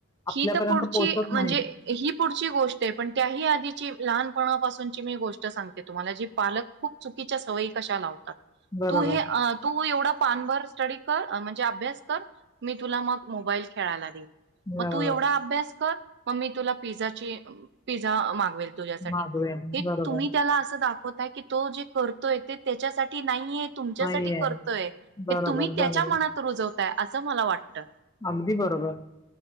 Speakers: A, on the left; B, on the right.
A: आपल्यापर्यंत
B: ही तर पुढची
A: पोहोचत
B: म्हणजे
A: नाहीत
B: ही पुढची गोष्ट या पण त्याही आधीची लहान पणा पासून. ची गोष्ट मी सांगते तुम्हाला, जी पालक खूप चुकीच्या सवयी कशा लावतात.
A: बरोबर
B: तू हे अ तू एवढं पान वर स्टडी कर म्हणजे अभ्यास कर मी तुला मग मोबाईल खेळायला देऊन.
A: बरोबर
B: मग तू एवढा अभ्यास कर मग मी तुला पिझ्झाची अ पिझ्झा मागवेल. तुझ्या साठी
A: मागवे
B: हे
A: बरोबर
B: तुम्ही त्याला अस दाखवताय की तो जे करतोय ते त्याच्यासाठी नाहीय. तुमच्यासाठी
A: नाहीये
B: करतोय हे
A: बरोबर
B: तुम्ही त्याच्या
A: बरोबर
B: मनात रुजवताय असं मला वाटतं.
A: अगदी बरोबर.